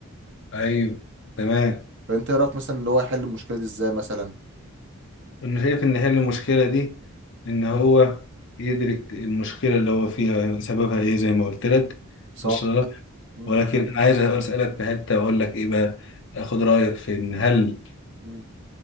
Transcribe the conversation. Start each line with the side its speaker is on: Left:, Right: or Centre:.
Left: ايوه تمام
Right: فانت إيه رايك مثلا اللي هو يحل المشكله دي ازاي مثلا
Left: انا شايف ان حل المشكله دي ان هو يدرك المشكله اللي هو فيها سببها ايه زي ما قلت لك
Right: صح
Left: وصل لك
Right: مم.
Left: ولكن انا عايز اسالك في حته اقول لك ايه بقى اخد رايك في ان هل
Right: مم.